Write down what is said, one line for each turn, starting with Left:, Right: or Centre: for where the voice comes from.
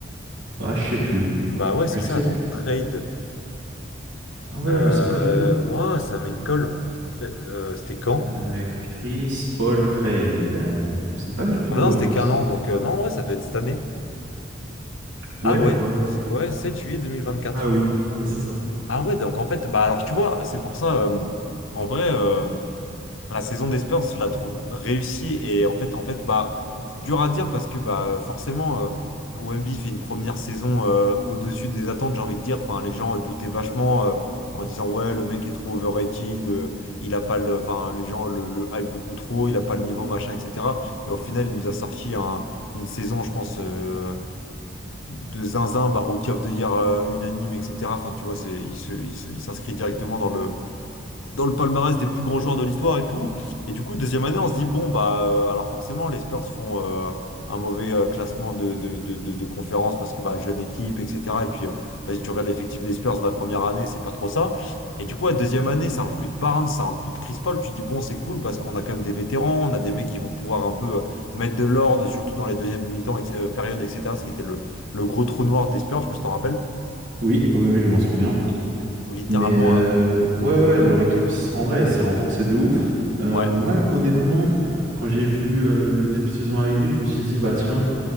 Right: Ah, je sais plus.
Left: Bah ouais, c'est
Right: Je
Left: ça,
Right: sais...
Left: attends. Trade.
Right: Ah, voilà,
Left: Euh,
Right: je sais pas du tout.
Left: ouah, ça met une colle. Euh, euh, c'était quand?
Right: Euh, Chris Paul Trade. Euh, je sais pas du tout.
Left: Ah bah non,
Right: euh,
Left: c'était qu'un
Right: il-
Left: an, donc euh, non, ouais, ça devait être cette année.
Right: Ouais,
Left: Ah ouais,
Right: ouais. ouais.
Left: c'est- ouais, sept juillet deux mille vingt quatre
Right: Ah oui, ouais, c'est ça.
Left: Ah ouais, donc en fait, bah alors tu vois, c'est pour ça, euh, en vrai. euh, La saison des Spurs, je la trouve réussie et en fait, en fait, bah, c'est dur à dire parce que bah, forcément, euh, Wemby fait une première saison euh, au-dessus des attentes, j'ai envie de dire. Enfin, les gens euh, doutaient vachement euh, en disant ouais, le mec est trop overrated, euh, il a pas le, enfin, les gens le, le hype beaucoup trop, il a pas le niveau, machin, etc. Et au final, il nous a sorti un- une saison, je pense, euh, de zinzin, bah, Rookie of the Year euh, unanime, etc. Enfin, tu vois, c'est, il se, il se- il s'inscrit directement dans le dans le palmarès des plus grands joueurs de l'histoire et tout. Et du coup, deuxième année, on se dit, bon, bah, euh, alors forcément, les Spurs font euh, un mauvais euh, classement de, de, de, de- de conférence parce que, bah, jeune équipe, etc. Et puis, euh, vas-y, tu regardes l'effectif des Spurs de la première année, c'est pas trop ça. Et du coup, la deuxième année, ça recrute Barnes, ça recrute Chris Paul. Tu dis, bon, c'est cool parce qu'on a quand même des vétérans, on a des mecs qui vont pouvoir un peu euh, mettre de l'ordre, surtout dans les deuxièmes mi-temps, ex- euh, périodes, etc. Ce qui était le, le gros trou noir des Spurs, je sais pas si t'en rappelles,
Right: Oui, oui, oui, je m'en souviens.
Left: où littéralement,
Right: Mais euh,
Left: euh,
Right: ouais, ouais,
Left: ouais,
Right: leur équipe, s- en vrai, elle s'est renforcée de ouf. Euh,
Left: ouais,
Right: moi, honnêtement, quand j'ai vu euh, le début de saison arriver, je me suis dit, bah tiens.